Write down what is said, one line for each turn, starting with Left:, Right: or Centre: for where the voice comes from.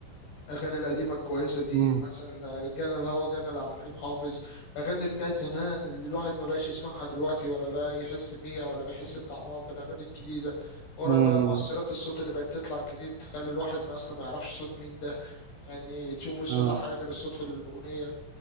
Left: الاغاني القديمه الكويسه دي
Right: امم
Left: ومثلا جانا الهوى جانا لعبد الحليم حافظ اغاني بتاعت زمان اللي الواحد ما بقاش يسمعها دلوقتي ولا بقى يحس بيها ولا بيحس بطعمها في الاغاني الجديده ولا
Right: مم.
Left: بقى مؤثرات الصوت اللي بقت تطلع جديد تخلي الواحد ما اصلا ما يعرفش صوت مين ده يعني تشوف الصوت
Right: آه.
Left: على حاجه غير الصوت في الاغنيه